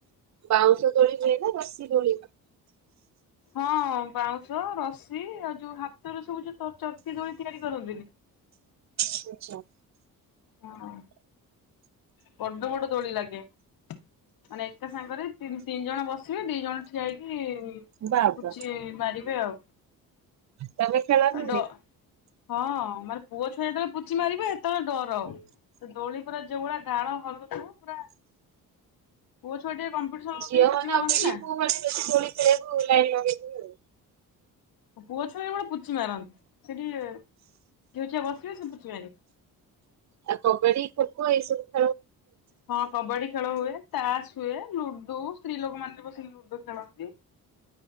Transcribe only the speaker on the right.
ବାଉଁଶ ଦୋଳି ହୁହଏ ନା ଦଶୀ ଦୋଳି ହୁଏ।
ଆଛା।
ବାବା
ତମେ ଖେଳ ନା
ନାଇଁ?
ଝିଅ ମନେ
ଅପେକ୍ଷା
ପୁଅ ମାନ ବେଶି ଦୋଳି ଖେଳକୁ ଲାଇନ୍ ଲଗେଇଥିବେ। ଆଉ।
ଆ କବା୍ଡି ଖୋଖୋ ଏସବୁ।